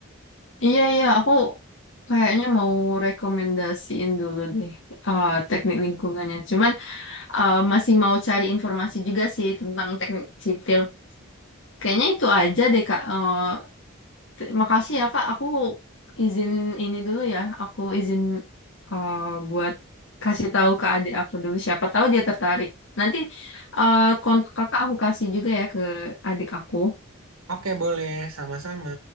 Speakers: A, on the left (about 60°); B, on the right (about 80°).
A: iya iya, aku kayaknya mau rekomendasiin dulu deh uh, teknik lingkungannya. Cuman eh, masih mau cari informasi juga sih tentang teknik sipil. Kayaknya itu aja deh Kak. Eh, te- makasih ya Kak, aku izin ini dulu ya. Aku izin eh, buat kasih tahu ke adik aku dulu siapa tahu dia tertarik. Nanti eh, kontak Kakak aku kasih juga ya ke adik aku.
B: Oke, boleh, sama-sama.